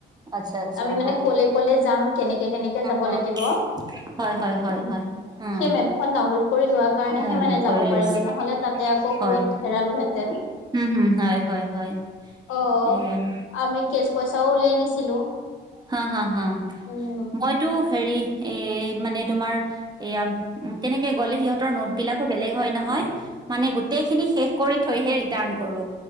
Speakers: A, on the right; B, on the left.
A: আচ্ছা আচ্ছা
B: আমি মানে
A: হা
B: কলৈ কলৈ যাম কেনেকে। কে কেনেকে যাব
A: হা
B: লাগিব উম
A: হা হা হয় হয় হয় হয় অ
B: সেই মেপখন ডাউনলোড কৰি লোৱাৰ কাৰণেহে
A: ডাউনলোড
B: মানে যাব
A: কৰি লৈছো
B: পাৰিলো নহলে তাতে আকৌ
A: হয়
B: ক'ত হেৰালোহেঁতেন
A: উম, হ'ম, হয়, হয়, হয়
B: অ
A: সেই অ'
B: আমি কেচ পইচাও উলিয়াই নিছিলো।
A: হা হা হা
B: উম
A: মইতো হেৰি এ মানে তোমাৰ এয়া কেনেকে গ'লে সিহঁতৰ নোট বিলাকো বেলেগ হয় নহয় মানে গোটেই খিনি শেষ কৰি থৈহে ৰিটাৰ্ণ কৰো